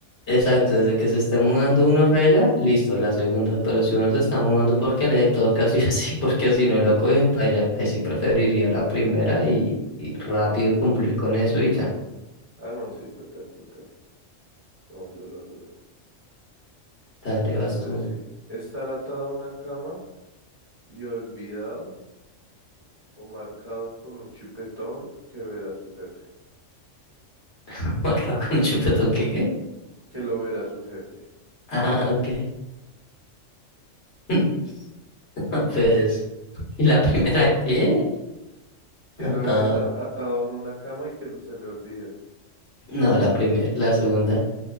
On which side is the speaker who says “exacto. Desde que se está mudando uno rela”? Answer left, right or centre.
Left